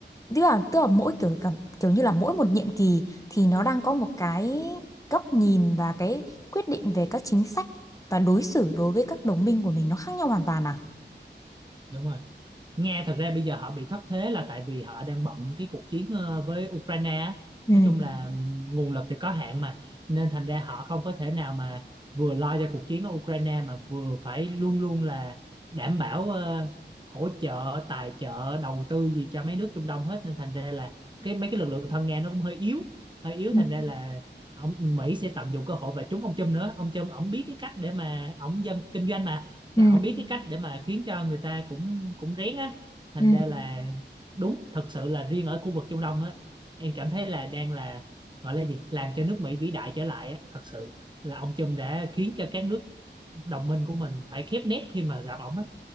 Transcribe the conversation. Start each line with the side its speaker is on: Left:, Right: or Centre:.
Left: tức là tức là mỗi kiểu cảm kiểu như là mỗi một nhiệm kỳ thì nó đang có một cái góc nhìn và cái quyết định về các chính sách và đối xử đối với các đồng minh của mình nó khác nhau hoàn toàn à?
Right: đúng rồi Nga thật ra bây giờ họ bị thất thế là tại vì họ đang bận cái cuộc chiến ờ, với Ukraine á.
Left: Ừ.
Right: nói chung là nguồn lực thì có hạn mà nên thành ra họ không có thể nào mà vừa lo cho cuộc chiến ở Ukraine mà vừa phải luôn luôn là đảm bảo ờ, hỗ trợ tài trợ đầu tư gì cho mấy nước Trung Đông hết nên thành ra là cái mấy cái lực lượng thân Nga nó cũng hơi yếu hơi yếu
Left: Ừ.
Right: thành ra là ông Mỹ sẽ tận dụng cơ hội và trúng ông Trump nữa ông Trump ổng biết cái cách để mà ổng dân kinh doanh mà
Left: Ừ.
Right: Nên ổng biết cái cách để mà khiến cho người ta cũng cũng rén á thành
Left: Ừ.
Right: ra là đúng thật sự là riêng ở khu vực Trung Đông á em cảm thấy là đang là gọi là gì làm cho nước Mỹ vĩ đại trở lại á thật sự là ông Trump đã khiến cho các nước đồng minh của mình phải khép nép khi mà gặp ổng á